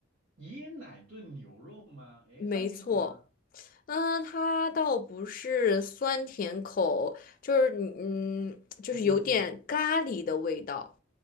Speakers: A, on the right; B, on the left.
A: 椰奶炖牛肉吗？哎，
B: 没错，
A: 酸甜口吗？
B: 嗯，它倒不是酸甜口，就是你嗯，就是有点咖喱的味道。
A: 嗯嗯嗯。